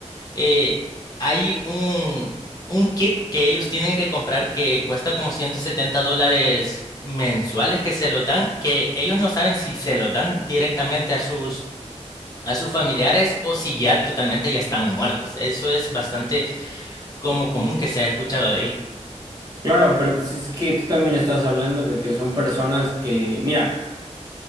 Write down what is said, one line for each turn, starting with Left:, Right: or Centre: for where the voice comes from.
Left: eh, hay un, un kit que ellos tienen que comprar que cuesta como 170 dólares mensuales que se los dan, que ellos no saben si se los dan directamente a sus a sus familiares o si ya totalmente ya están muertos. Eso es bastante como común que se ha escuchado de ahí.
Right: Claro, pero pues es que tú también estás hablando de que son personas que, mira.